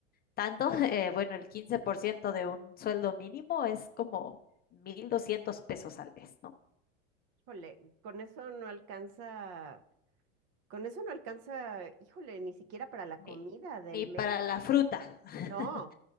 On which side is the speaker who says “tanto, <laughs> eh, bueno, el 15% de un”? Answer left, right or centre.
Left